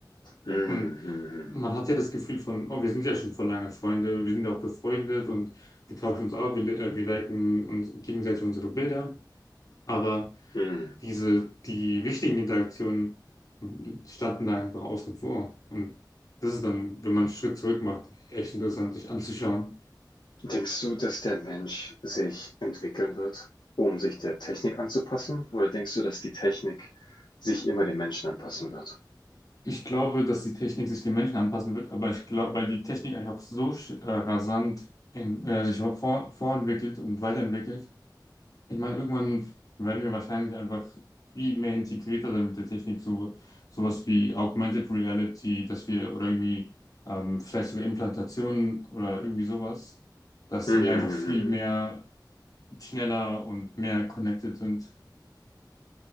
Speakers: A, on the left; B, on the left.
A: Mhm,
B: Und
A: mhm,
B: man hat ja das Gefühl von, oh, wir sind ja schon vor lange Freunde, wir sind ja auch befreundet und wir tauschen uns auch, wir, äh, wir liken uns gegenseitig unsere Bilder. Aber
A: mhm. Mhm.
B: diese, die wichtigen Interaktionen standen da einfach außen vor. Und das ist dann, wenn man einen Schritt zurück macht, echt interessant, sich anzuschauen.
A: Denkst du, dass der Mensch sich entwickeln wird, um sich der Technik anzupassen? Oder denkst du, dass die Technik sich immer dem Menschen anpassen wird? <laughs>
B: Ich glaube, dass die Technik sich den Menschen anpassen wird, aber ich glaube, weil die Technik einfach so sch- äh, rasant in, äh, sich vor, vorentwickelt und weiterentwickelt, Ich meine, irgendwann werden wir wahrscheinlich einfach viel mehr integrierter dann mit der Technik, so sowas wie Augmented Reality, dass wir oder irgendwie ähm, vielleicht sogar Implantationen oder irgendwie sowas, dass
A: Mhm.
B: wir einfach viel mehr schneller und mehr connected sind.